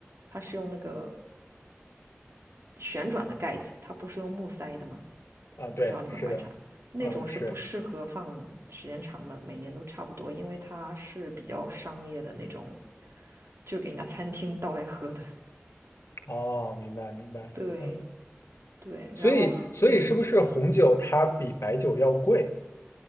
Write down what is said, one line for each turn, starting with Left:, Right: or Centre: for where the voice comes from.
Right: 它是用那个旋转的盖子，它不是用木塞的吗？
Left: 啊，
Right: 我不知道你们观察，
Left: 对，是的，
Right: 那种是不适合放时间长的，
Left: 啊是，
Right: 每年都差不多，因为它是比较商业的那种，就给人家餐厅倒来喝的。<laughs>
Left: 哦，明白明白，
Right: 对
Left: 嗯，
Right: 对，
Left: 所以所以是不是红酒它比白酒要贵，
Right: 然后嗯，